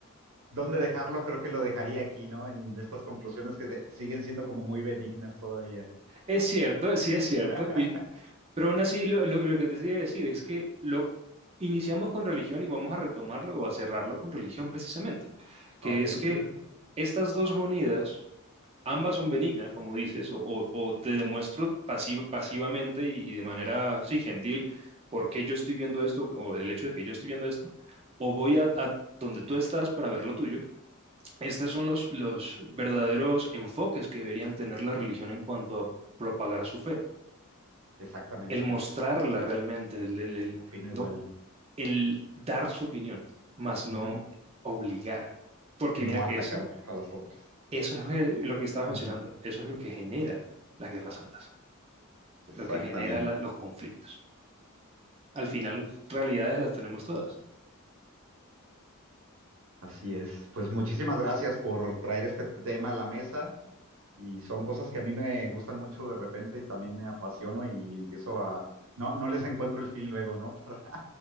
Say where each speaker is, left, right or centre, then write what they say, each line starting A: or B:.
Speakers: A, on the right (about 65°); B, on the right (about 25°).
A: dónde dejarlo, creo que lo dejaría aquí, ¿no? En estas conclusiones que se- siguen siendo como muy benignas todavía.
B: es cierto, sí es cierto,
A: <laughs>
B: y, pero aún así lo, lo- lo que te quería decir es que lo iniciamos con religión y vamos a retomarlo o a cerrarlo con religión precisamente, que
A: Ok,
B: es que
A: ujú,
B: estas dos monedas, ambas son benignas, como dices, o, o- o te demuestro pasiv- pasivamente y, y de manera, sí, gentil, por qué yo estoy viendo esto o el hecho de que yo estoy viendo esto, o voy a a donde tú estás para ver lo tuyo Estos son los, los verdaderos enfoques que deberían tener la religión en cuanto a propagar su fe,
A: Exactamente.
B: el mostrarla realmente, el, el- el-
A: Opino
B: no,
A: igual.
B: el dar su opinión, más no
A: Ujú,
B: obligar. Porque
A: Y no
B: mira que
A: atacar
B: eso,
A: a las otras.
B: eso es el- lo que estabas
A: Ujú,
B: mencionando, eso es lo que genera las guerras santas,
A: Exactamente.
B: lo que genera la- los conflictos. Al final, realidades las tenemos todas.
A: Así es. Pues muchísimas gracias por traer este tema a la mesa. Y son cosas que a mí me gustan mucho de repente y también me apasiono y empiezo a... No, no les encuentro el fin luego, ¿no? <laughs> Para,